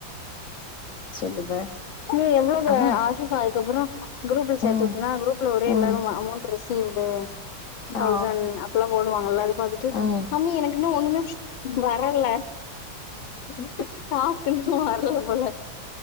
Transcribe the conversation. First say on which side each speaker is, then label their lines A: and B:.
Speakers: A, on the left (about 55°); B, on the left (about 75°).
A: சொல்லுப்ப
B: நீ எவ்ளோவு
A: அதான்
B: ஆசிஸ்ஸா அதுக்கப்புறம் குரூப்ல சேத்து
A: ம்
B: உட்டனா குரூப்ல ஒரே
A: ம்
B: எல்லாரு அமௌண்ட் ரிசீவ்டு சொல்றானுங்க
A: ஆ
B: அப்பல்லா போடுவாங்கல்ல அத பாத்துட்டு
A: ம்
B: மம்மி எனக்கின்னு ஒண்ணுமே வரல
A: செ
B: டாஸ்க் இன்னும் வரல போல